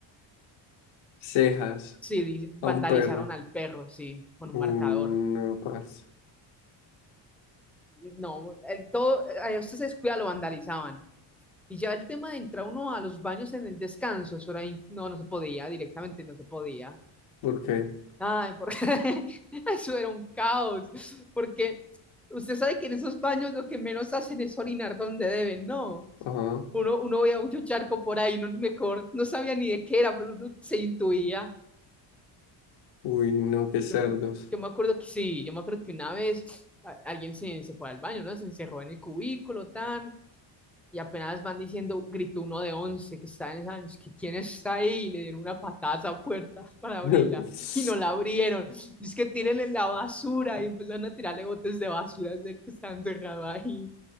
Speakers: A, on the left; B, in the centre.
A: Cejas
B: Sí, di- vandalizaron
A: a un perro.
B: al perro, sí, con un
A: Uy,
B: marcador.
A: no, parce.
B: Y No, el, todo, a usted se descuida, lo vandalizaban. Y ya el tema de entrar uno a los baños en el descanso, eso era, in- no, no se podía, directamente no se podía.
A: ¿Por qué?
B: Ay, porque <laughs> eso era un caos, porque usted sabe que en esos baños lo que menos hacen es orinar donde deben, ¿no?
A: Ajá.
B: Uno, uno veía mucho charco por ahí, no, mejor, no sabía ni de qué era, pero uno se intuía.
A: Uy, no, qué cerdos.
B: Yo, me- yo me acuerdo que sí, yo me acuerdo que una vez a- alguien se, se fue al baño, ¿no? Se encerró en el cubículo, tan, y apenas van diciendo, gritó uno de once que está en esa, es que quién está ahí, y le dieron una patada a esa puerta <laughs> para abrirla,
A: <laughs>
B: y no la abrieron. Es que tírenle la basura, y empezaron a tirarle botes de basura, de que están encerrado ahí.